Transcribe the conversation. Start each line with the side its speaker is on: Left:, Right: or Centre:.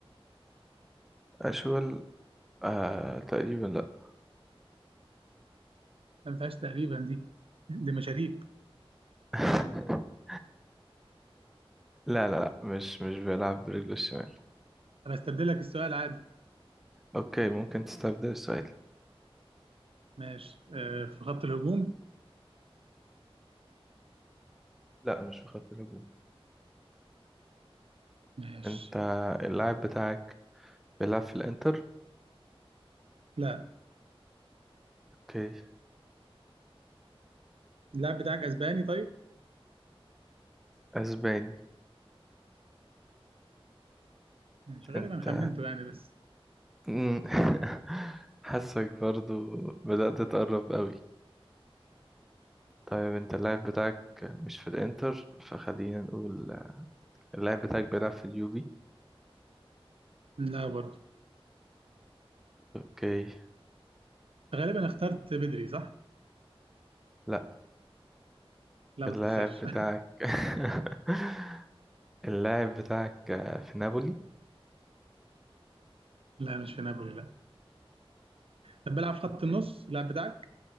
Centre: اشول آه تقريبا لا
Right: ما فيهاش تقريبا دي دي مشاريب
Centre: <laughs> لا لا لا مش مش بيلعب برجله الشمال
Right: طب هستبدل لك السؤال عادي
Centre: اوكي ممكن تستبدل السؤال
Right: ماشي آه في خط الهجوم
Centre: لا مش في خط الهجوم
Right: ماشي
Centre: انت اللاعب بتاعك بيلعب في الانتر
Right: لا
Centre: اوكي
Right: اللاعب بتاعك اسباني طيب
Centre: اسباني
Right: ماشي غالبا
Centre: انت
Right: خمنته يعني بس
Centre: مم. <laughs> حاسك برضو بدأت تقرب قوي طيب انت اللاعب بتاعك مش في الانتر فخلينا نقول اللاعب بتاعك بيلعب في اليوفي
Right: لا برضه
Centre: اوكي
Right: غالبا اخترت بدري صح
Centre: لا
Right: لا
Centre: اللاعب
Right: ما تهزرش
Centre: بتاعك <laughs> اللاعب بتاعك في نابولي
Right: <laughs> لا مش في نابولي لا طب بلعب في خط
Centre: اوكي
Right: النص اللاعب بتاعك